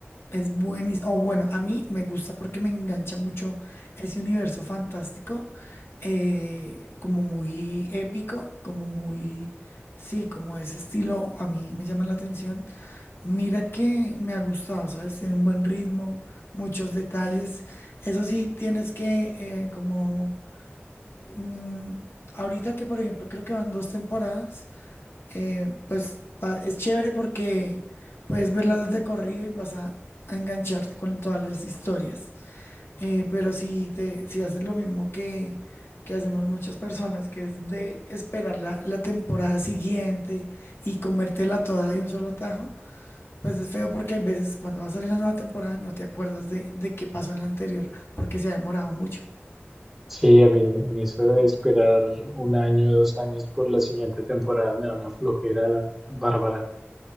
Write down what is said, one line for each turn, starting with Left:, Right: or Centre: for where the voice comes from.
Left: es buenísimo. O bueno, a mí me gusta porque me engancha mucho ese universo fantástico, eh, como muy épico, como muy, sí, como ese estilo a mí me llama la atención. Mira que me ha gustado, ¿sabes? Tiene un buen ritmo, muchos detalles. Eso sí, tienes que, eh, como, mm, ahorita que por ejemplo creo que van dos temporadas eh, pues va- es chévere porque puedes verlas de corrido y vas a, a engancharte con todas las historias. Eh, pero si te, si haces lo mismo que, que hacemos muchas personas, que es de esperar la, la temporada siguiente y comértela toda de un solo tajo, pues es feo porque hay veces cuando va a salir la nueva temporada no te acuerdas de, de qué pasó en la anterior porque se ha demorado mucho.
Centre: Sí, a mí, a mí eso de esperar un año, dos años por la siguiente temporada me da una flojera bárbara.